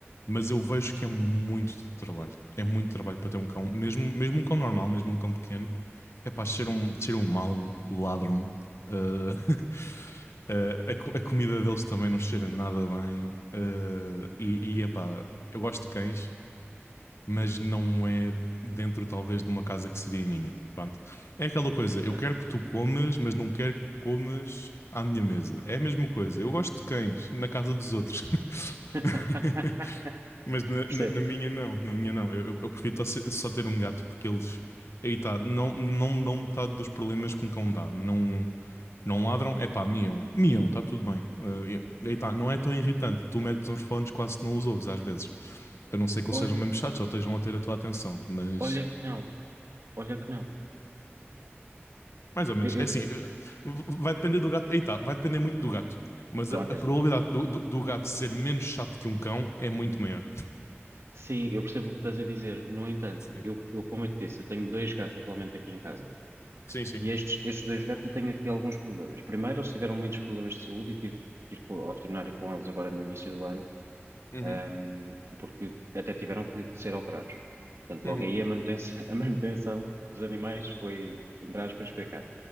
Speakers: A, on the left; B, on the right.
A: mas eu vejo que é muito trabalho. É muito trabalho para ter um cão. Mesmo, mesmo um cão normal, mesmo um cão pequeno, é pá, cheiram, cheiram mal, ladram. ah, <laughs> Uh, a, co- a comida deles também não cheira nada bem. uh, e, e epá, eu gosto de cães, mas não é dentro talvez de uma casa que seria minha. Pronto. É aquela coisa, eu
B: É.
A: quero que tu comas, mas não quero que comas à minha mesa. É a mesma coisa. Eu gosto de cães na casa dos outros. <laughs>
B: <laughs>
A: Mas na,
B: Percebo.
A: na- na minha não, na minha não. Eu, eu- eu prefiro tó- se- só ter um gato porque eles. Aí tá, não, não me dão metade dos problemas que um cão dá. Não, não ladram, é pá, miam, miam, está tudo bem. Eh, e- aí tá, não é tão irritante. Tu metes uns fones, quase que não os ouves às vezes. A não ser que
B: Olha,
A: eles sejam mesmo chatos ou estejam a ter a tua atenção, mas
B: olha que não, olha que não.
A: mais ou menos,
B: Eu, eu-
A: é assim, eh, v- vai depender do gato, aí tá, vai depender muito do gato, mas
B: pronto,
A: a, a
B: exato.
A: probabilidade do, do, do gato ser menos chato que um cão é muito maior.
B: Sim, eu percebo o que estás a dizer. No entanto,
A: Sim,
B: eu, eu como eu te disse, eu tenho dois gatos atualmente aqui em casa.
A: sim, sim.
B: E estes, estes dois gatos eu tenho aqui alguns problemas. Primeiro, eles tiveram muitos problemas de saúde e tive que ir co- ao veterinário com eles agora no início do ano,
A: Uhum,
B: ahm, porque até tiveram que, que ser operados. Portanto, logo
A: uhum,
B: aí a manutenção, <laughs> a manutenção dos animais foi, entre aspas, foi